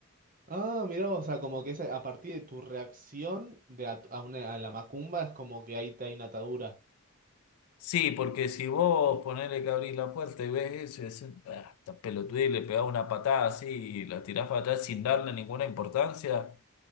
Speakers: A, on the right; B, on the left.
A: Ah, mirá, vos, o sea, como que es a a partir de tu reacción de a, a una- a la macumba es como que ahí te hay una atadura.
B: Sí, porque si vos ponele que abrís la puerta y ves eso y decís, "Ah, esta pelotudez", y le pegás una patada así y la tirás para atrás sin darle ninguna importancia,